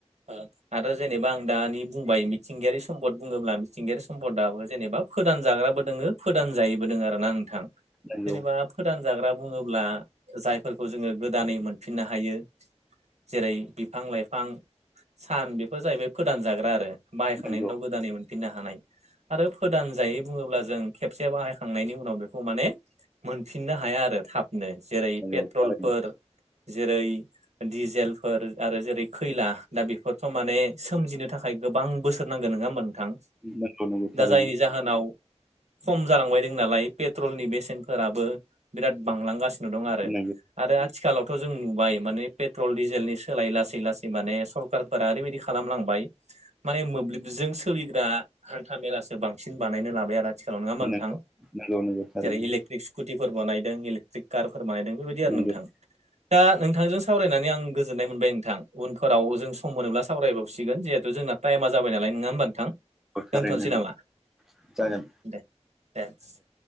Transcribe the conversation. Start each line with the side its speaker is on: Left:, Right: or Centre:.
Right: औ आरो जेनेबा आं दानि बुंबाय मिथिंगायारि सम्पद बुङोब्ला मिथिंगायारि सम्पदाबो जेनेबा फोदान जाग्राबो दोङो फोदान जायिबो दोङो आरो ना नोंथां
Centre: नंगौ
Right: जेनेबा फोदान जाग्रा बुङोब्ला जायफोरखौ जोङो गोदानै मोनफिननो हायो जेरै बिफां लाइफां फां सान बेफोर जाहैबाय फोदान जाग्रा आरो बाहायखांनायनि
Centre: नंगौ
Right: उनाव गोदानै मोनफिननो हानाय आरो फोदान जायै बुङोब्ला जों खेबसे बाहायखांनायनि उनाव बेखौ माने मोनफिननो हाया आरो थाब जेरै
Centre: नंगौ
Right: पेट्रलफोर
Centre: थारैनो
Right: जेरै दिजेलफोर आरो जेरै खैला दा बेफोरथ' माने सोमजिनो थाखाय गोबां बोसोर नांगोन नोङा होमबा नोंथां
Centre: नंगौ नंगौ
Right: दा
Centre: थारैनो
Right: जायनि जाहोनाव खम जालांबाय दं नालाय पेट्रलनि बेसेनफोराबो बिराद बांलांगासिनो दं आरो
Centre: नंगौ
Right: आरो आथिखालावथ' जों नुबाय माने पेट्रल डिजेलनि सोलाय लासै लासै माने सरखारारफोरा ओरैबायदि खालामलांबाय माने मोब्लिबजों सोलिग्रा हान्था मेलासो बांसिन बानायनो लाबाय आरो आथिखालाव नङा होनबा नोंथां
Centre: नंगौ नंगौ थारैनो
Right: जेरै इलेकट्रिक स्कुटिफोर बानायदों इलेक्ट्रिक कारफोर बानायदों बेबायदि आरो
Centre: नंगौ
Right: नोंथां, ‌ दा नोंथांजों सावरायनानै आं गोजोननाय मोनबाय नोंथां उनफोराव जों सम मोनोब्ला सावरायबावसिगोन जिहेथु जोंना टाइमा जाबाय नालाय नङा होनोबानो नोंथां
Centre: थारैनो
Right: दोनथ'नोसै नामा
Centre: जागोन
Right: औ दे दे